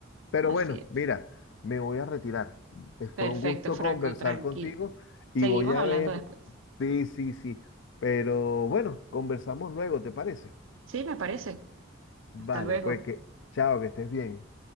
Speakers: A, on the left; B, on the right.
A: Pero
B: así
A: bueno,
B: es.
A: mira, me voy a retirar. Eh, Fue
B: Perfecto,
A: un gusto
B: Fraco,
A: conversar
B: tranquilo.
A: contigo y
B: Seguimos
A: voy a
B: hablando
A: ver.
B: después.
A: Sí, sí, sí. Pero bueno, conversamos luego, ¿te parece?
B: Sí, me parece.
A: Vale,
B: Hasta luego.
A: pues que chao, que estés bien.